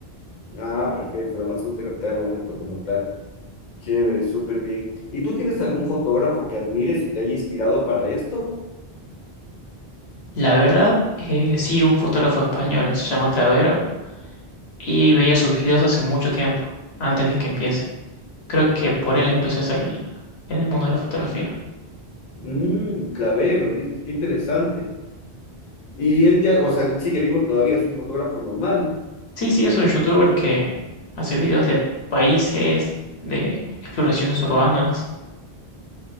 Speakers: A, on the left (about 45°); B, on the left (about 75°).
A: Ah, perfecto. Además, tú te captar el momento como tal. Chévere, súper bien. ¿Y tú tienes algún fotógrafo que admires o te haya inspirado para esto?
B: La verdad, eh, sí, un fotógrafo español, se llama Clavero, y veía sus videos hace mucho tiempo, antes de que empiece. Creo que por él empezó a hacer el- en el mundo de la fotografía.
A: Mmm, Clavero, dices, qué interesante. Y él ya, o sea, él sigue vivo todavía, es un fotógrafo normal.
B: Sí, sí, es un youtuber que hace videos de países, de exploraciones urbanas.